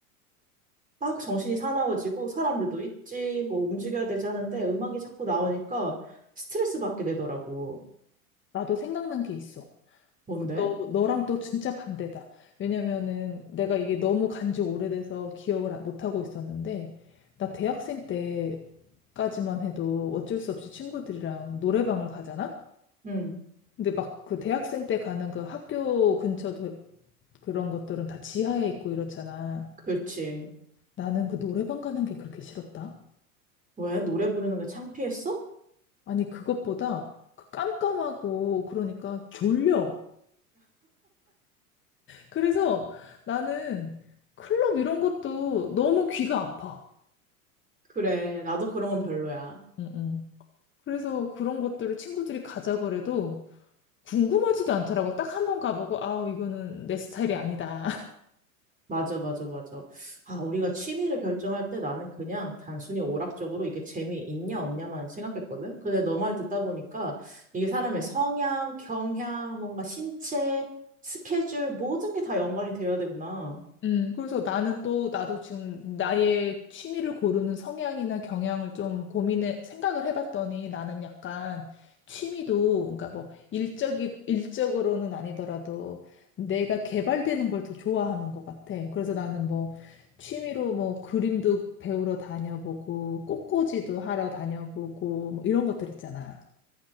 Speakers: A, on the right (about 20°); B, on the left (about 25°).
A: 막 정신이 사나워지고 사람들도 있지, 뭐 움직여야 되지 하는데 음악이 자꾸 나오니까 스트레스 받게 되더라고.
B: 나도 생각난 게 있어.
A: 뭔데?
B: 그 너, 너랑 또 진짜 반대다. 왜냐면은 내가 이게 너무 간지 오래돼서 기억을 아- 못하고 있었는데, 나 대학생 때까지만 해도 어쩔 수 없이 친구들이랑 노래방을 가잖아?
A: 응,
B: 근데 막 그 대학생 때 가는 그 학교 근처 도, 그런 것들은 다 지하에 있고 이렇잖아.
A: 그렇지.
B: 나는 그 노래방 가는 게 그렇게 싫었다.
A: 왜? 노래 부르는 게 창피했어?
B: 아니, 그것보다 그 깜깜하고 그러니까 졸려. 그래서 나는 클럽 이런 것도 너무 귀가 아파.
A: 그래, 나도 그런 건 별로야.
B: 응, 응. 그래서 그런 것들을 친구들이 가자고 래도 궁금하지도 않더라고. 딱 한번 가보고, 아, 이거는 내 스타일이 아니다.
A: 맞아, 맞아, 맞아. 아, 우리가 취미를 결정할 때 나는 그냥 단순히 오락적으로 이게 재미있냐, 없냐만 생각했거든? 근데 너 말 듣다 보니까 이게 사람의 성향, 경향, 뭔가 신체, 스케줄, 모든 게 다 연관이 되어야 되구나.
B: 음, 그래서 나는 또, 나도 지금 나의 취미를 고르는 성향이나 경향을 좀 고민해, 생각을 해봤더니 나는 약간 취미도, 그러니까 뭐, 일적이, 일적으로는 아니더라도 내가 개발되는 걸 더 좋아하는 것 같아. 그래서 나는 뭐, 취미로 뭐, 그림도 배우러 다녀보고, 꽃꽂이도 하러 다녀보고, 뭐, 이런 것들 있잖아.